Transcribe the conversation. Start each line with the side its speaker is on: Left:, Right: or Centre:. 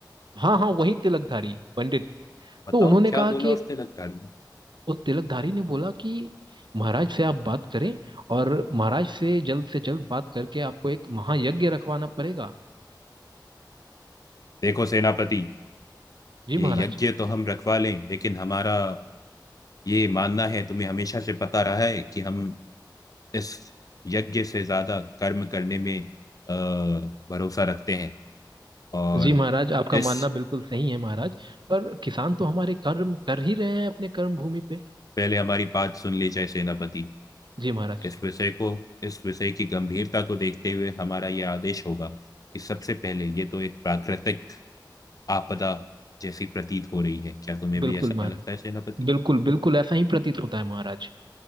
Right: हाँ हाँ वही तिलकधारी पंडित
Left: बताओ
Right: तो उन्होंने
Left: क्या
Right: कहा
Left: बोला
Right: कि
Left: उस तिलकधारी ने
Right: उस तिलकधारी ने बोला कि महाराज से आप बात करें और महाराज से जल्द से जल्द बात करके आपको एक महायज्ञ रखवाना पड़ेगा
Left: देखो सेनापति
Right: जी
Left: ये
Right: महाराज
Left: यज्ञ तो हम रखवा लें लेकिन हमारा ये मानना है तुम्हें हमेशा से पता रहा है कि हम इस यज्ञ से ज्यादा कर्म करने में अ, भरोसा रखते हैं और
Right: जी महाराज आपका
Left: इस
Right: मानना बिल्कुल सही है महाराज पर किसान तो हमारे कर्म कर ही रहे हैं अपने कर्म भूमि पे
Left: पहले हमारी बात सुन ली जाए सेनापति
Right: जी महाराज
Left: इस विषय को इस विषय की गंभीरता को देखते हुए हमारा यह आदेश होगा कि सबसे पहले ये तो एक प्राकृतिक आपदा जैसी प्रतीत हो रही है क्या तुम्हें
Right: बिल्कुल
Left: भी ऐसा
Right: महाराज
Left: लगता है सेनापति
Right: बिल्कुल बिल्कुल ऐसा ही प्रतीत होता है महाराज